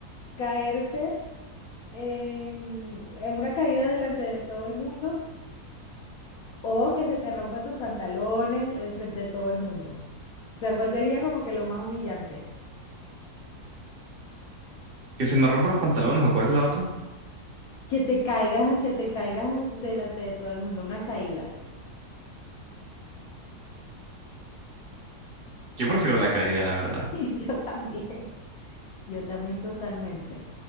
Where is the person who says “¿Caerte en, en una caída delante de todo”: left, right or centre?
Left